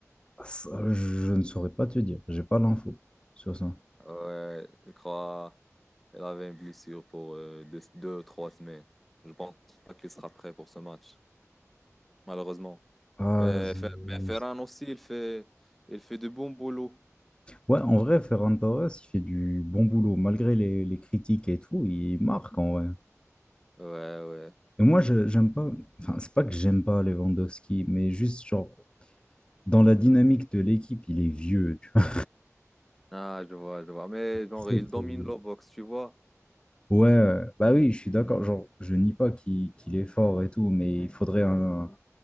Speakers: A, on the left; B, in the centre.
A: Ça, je ne saurais pas te dire. J'ai pas l'info sur ça.
B: Ouais, je crois qu'il avait une blessure pour euh, deux, deux, trois semaines. Je pense pas qu'il sera prêt pour ce match, malheureusement.
A: Ah,
B: Mais,
A: z-
B: Fer- mais Ferran
A: z-
B: aussi, il fait, il fait de bons boulot
A: ouais, en vrai, Ferran Torres, il fait du bon boulot. Malgré les, les critiques et tout, il marque en vrai.
B: Ouais, ouais.
A: Et moi, je- j'aime pas. Enfin, c'est pas que j'aime pas Lewandowski, mais juste genre dans la dynamique de l'équipe, il est vieux. tu vois.
B: Ah, je vois, je vois. Mais genre,
A: Très,
B: il
A: très
B: domine
A: vieux.
B: la boxe, tu vois.
A: Ouais, bah oui, je suis d'accord. Genre, je nie pas qu'il qu'il est fort et tout, mais il faudrait un,